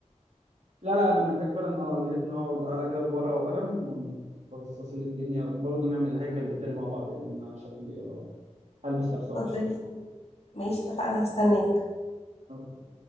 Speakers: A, on the right; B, on the left.
A: لا لا انا محتاج فعلا اه اجيلك نقعد قاعده كده بورقه وقلم ونفصصي للدنيا وبرضه نعمل الهيكل الاداري مع بعض يعني إن انا شكلي آه، هلبس
B: <laughs>
A: لبسه وحشه
B: خلاص زي
A: يعني
B: الفل ماشي اتفقنا هستناك
A: أوكي.